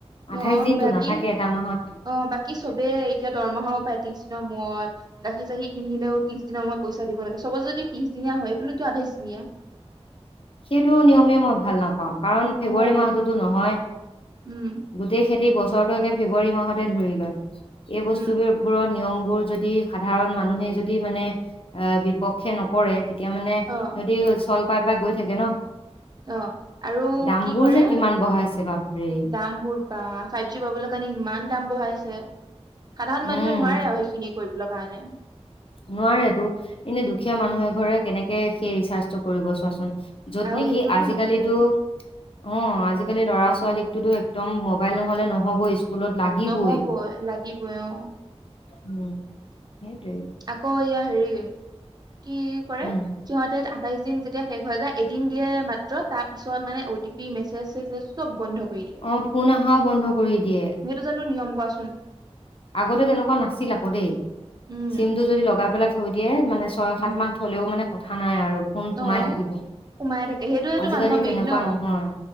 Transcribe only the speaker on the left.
আঠাইশ
দিনতো
নাথাকে এটা মাহত
সেইটো নিয়মেই মই ভাল নাপাওঁ। কাৰণ ফেব্ৰুৱাৰী
মাহতোতো নহয়,
গোটেই খেতি বস্ত, বছৰটো এতিয়া ফেব্ৰুৱাৰী মাহতে ধৰি লয়, এই বস্তুবোৰৰ
নিয়ম, বোৰ যদি সাধাৰণ মানুহে যদি মানে আহ', বিপক্ষে নকৰে, তেতিয়া মানে
সিহঁতি চল, <unintelligible> থাকে ন',
দামবোৰ
যে কিমান বঢ়াইছে বাপৰে
উম
নোবাৰে তো এনে দুখীয়া
মানুহ এঘৰে কেনে তেনেকে সেই ৰিচাৰ্চ টো কৰিব চোৱাচোন য'ত
নেকি
আজিকালিতো
অ আজিকালি ল'ৰা ছাল ছোৱালীকতো একদম মবাইল নহ'লে নহ'বই স্কুলত লাগিবই
উম সেইটোৱেই
উম
অ ফোন অহাও বন্ধ কৰি দিয়ে
আগতে তেনেকুৱা নাছিল আকৌ দেই
চিমটো যদি লগাই পেলাই থৈ দিয়ে মায়ে মানে ছয়,
সাত মাহ হ'লেও মানে কথা নাই আৰু ফোন সোমাই
থাকিব
আজিকালি
তেনেকুৱা
নহয়